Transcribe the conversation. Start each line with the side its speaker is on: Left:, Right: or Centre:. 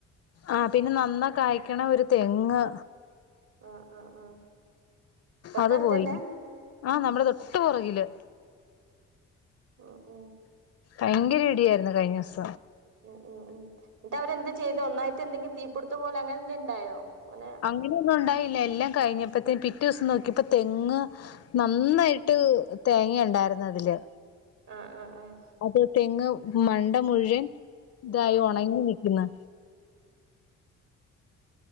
Left: ആ പിന്നെ നന്ന കായ് ക്കണ ഒരു തെങ്ങ്
Right: ആ ആ ആ തൊട്ടടുത്തന്നെ
Left: അത് പോയി ആഹ് നമ്മുടെ തൊട്ട് പുറകില്
Right: ആഹ് ഉ
Left: ഭയങ്കര ഇടിയായിരുന്നു കഴിഞ്ഞ്വാസം
Right: മ്മ് മ്മ് മ്മ് അവരെന്ത് ചെയ്തു ഒന്നായിട്ട് എന്തെങ്കി തീപിട്ത്തം പോലെ അങ്ങനെന്തെ ഇണ്ടായോ അങ്ങനെ
Left: അങ്ങനെയൊന്നും ഉണ്ടായില്ല ല്ലകഴിഞ്ഞപ്പെത്തേ പിറ്റേ ദിവസം നോക്കിയപ്പോ തെങ് നന്നായിട്ട് തേങ്ങ ഇണ്ടായിരുന്ന അതില്
Right: ആഹ് ആഹ് ആഹ്
Left: അത് തെങ്ങ് മണ്ട മുഴുവൻ ഇതായി
Right: ഉം
Left: ഒണങ്ങി നിക്കുന്നു